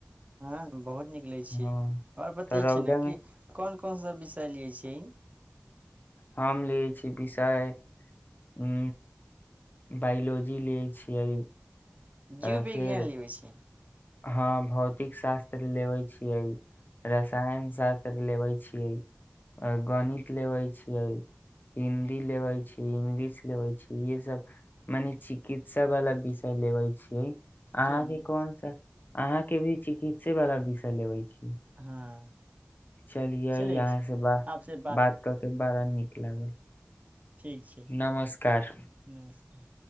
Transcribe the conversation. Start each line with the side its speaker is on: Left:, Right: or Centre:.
Right: हँ बहुत निकलै छै
Left: हँ
Right: आओर बतेय
Left: तऽ रौदा
Right: छी न
Left: मे
Right: कोन कोन सब बिषय लिये छै
Left: हम ल छीयै विषय उ बायोलॉजी लियै छियै अ,
Right: जीव विज्ञान
Left: फेर
Right: लिय छै
Left: हँ भौतिक शास्त्र लेवे छीये रसायन शास्त्र लेवे छीये गणित लेवे छीये हिन्दी लेवे छी इंगलिश लेवे छीय इे सब मने चिकित्सा वाला विषय लेवे छीयै अहाँ
Right: चलियै
Left: कें कोन अहाँ के भी चिकित्से वालला विषय लेवे छी
Right: हँ
Left: चलियए
Right: चलै
Left: यहाँ
Right: छै
Left: से ब
Right: आपसे
Left: बात करके बारा नीक लागल
Right: ठीक छै
Left: नमस्कार
Right: नमस्कार